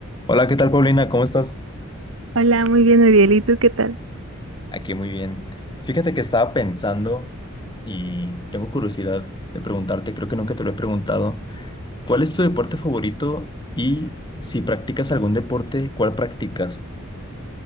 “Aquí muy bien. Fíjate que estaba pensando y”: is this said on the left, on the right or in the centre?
Left